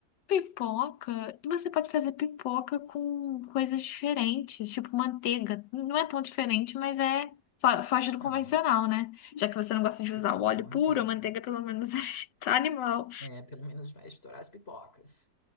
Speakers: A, on the left; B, on the left.
A: Pipoca, você pode fazer pipoca com coisas diferentes, tipo manteiga. Não é tão diferente, mas é fo- foge do convencional,
B: Não.
A: né? Já que você não gosta de
B: Pipoca
A: usar o óleo
B: com manteiga.
A: puro, a manteiga pelo menos <laughs> é animal.
B: É, pelo menos vai estourar as pipocas.